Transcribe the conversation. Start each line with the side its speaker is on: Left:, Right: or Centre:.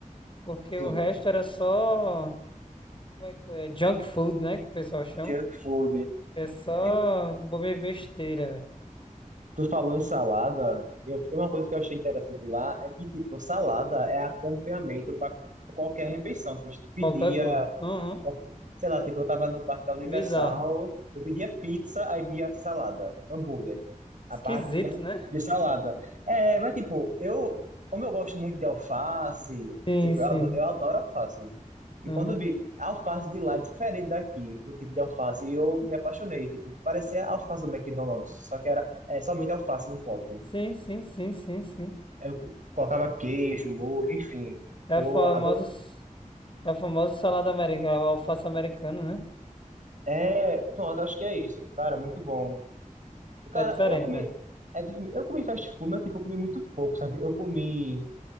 Left: porque
Right: sim.
Left: o resto era só, como é que foi? É junk food, né? Que o pessoal chama.
Right: Junk food.
Left: Eu só
Right: É,
Left: bobeira besteira, velho.
Right: Tu falou em salada, eu, uma coisa que eu achei interessante lá é que, tipo, salada é acompanhamento para qualquer refeição. Tipo, a gente pedia
Left: Qualquer coisa. Uhum.
Right: Sei lá, tipo, eu tava no parque da Universal,
Left: Bizarro.
Right: eu pedia pizza, aí via salada, hambúrguer. A
Left: Esquisito,
Right: parte via,
Left: né?
Right: via salada. É, mas tipo, eu, como eu gosto muito de alface,
Left: Sim,
Right: tipo,
Left: sim.
Right: eu adoro, eu adoro alface. E
Left: Uhum.
Right: quando eu vi a alface de lá é diferente daqui, o tipo de alface, e eu me apaixonei, tipo, parecia a alface do McDonald's, só que era é, somente alface no pote.
Left: Sim, sim, sim, sim, sim.
Right: Aí Eu colocava queijo, molho, enfim.
Left: É
Right: Eu
Left: a famosa,
Right: adoro.
Left: é a famosa salada americana, alface americana, né?
Right: É, pronto, acho que é isso. Cara, muito bom. Cara,
Left: É diferente
Right: eu comi.
Left: mesmo.
Right: É, difí- eu comi fast food, mas tipo, eu comi muito pouco, sabe? Eu comi.